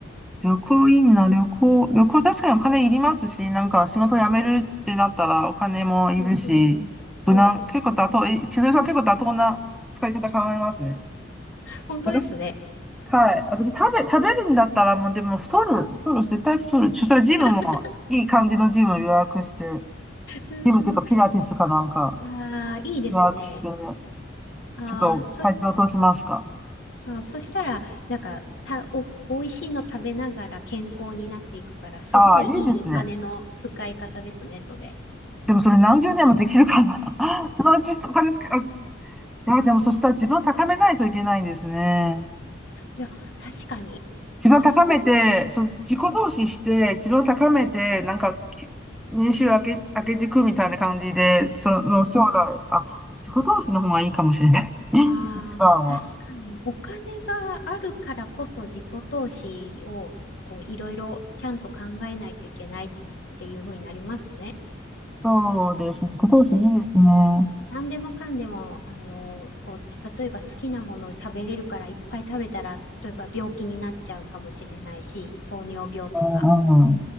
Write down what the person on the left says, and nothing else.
そう。そうそう。そう。
そう
そう <laughs> 本当ですね。
<laughs> うーん。
あーいいですね。
あーそし、
あー、そしたら、なんか、た、お、美味しいの食べながら健康になっていくから、すごいいいお金の使い方ですね、
それ。
いや、
いや確かに。
そ
う、うん。
ああ、確かに、お金があるからこそ自己投資をすこういろいろちゃんと考えないといけないっていう風になりますね。
何でもかんでも、あの、こう、例えば好きなものを食べれるからいっぱい食べたら、例えば病気になっちゃうかもしれないし、糖尿病とか、